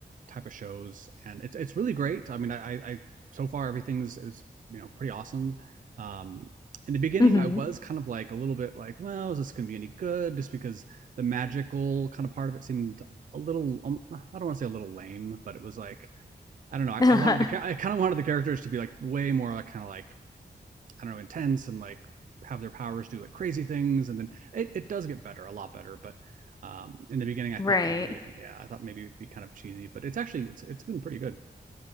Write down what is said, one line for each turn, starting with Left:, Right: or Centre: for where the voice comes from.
Right: type of shows, and it's it's really great. I mean, I, I so far everything's it's you know pretty awesome. Um, in the beginning,
Left: hmm
Right: I was kind of like a little bit like, well, is this going to be any good? Just because the magical kind of part of it seemed a little, um, I don't want to say a little lame, but it was like, I don't know. I,
Left: <laughs>
Right: I wanted the, I kind of wanted the characters to be like way more like kind of like I don't know, intense and like have their powers do like crazy things. And then it, it does get better, a lot better. But um, in the beginning, I
Left: Right.
Right: thought maybe, yeah, I thought maybe it'd be kind of cheesy, but it's actually, it's, it's been pretty good.